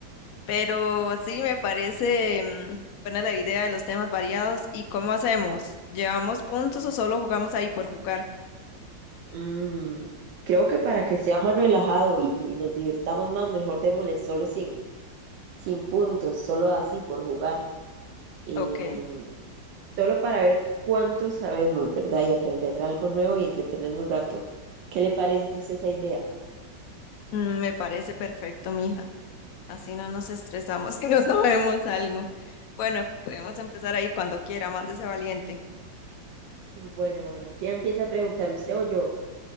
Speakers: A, on the left (about 80°); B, on the right (about 75°).
A: pero sí me parece mm, buena la idea de los temas variados. ¿Y cómo hacemos? ¿Llevamos puntos o solo jugamos ahí por jugar?
B: Mm, creo que para que sea más relajado y, y nos divirtamos más, mejor démosle solo sin, sin puntos, solo así por jugar. Em,
A: Ok,
B: solo para ver cuánto sabemos, ¿verdad? Y aprender algo nuevo y entretenerme un rato. ¿Qué le parece a usted esa idea?
A: mm, me parece perfecto, mija. Así no nos estresamos <laughs> y no sabemos algo. Bueno, podemos empezar ahí cuando quiera, mándese valiente.
B: Bueno, bueno, ¿quién empieza a preguntar, usted o yo?